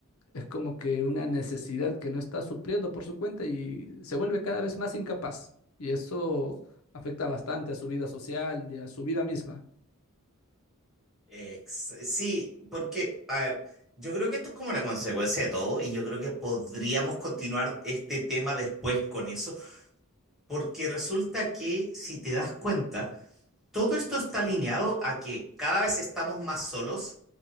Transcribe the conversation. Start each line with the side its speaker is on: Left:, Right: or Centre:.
Left: es como que una necesidad que no está supliendo por su cuenta y se vuelve cada vez más incapaz. Y eso afecta bastante a su vida social y a su vida misma.
Centre: Ex- sí, porque, a ver, yo creo que esto es como una consecuencia de todo y yo creo que podríamos continuar este tema después con eso, porque resulta que si te das cuenta, todo esto está alineado a que cada vez estamos más solos,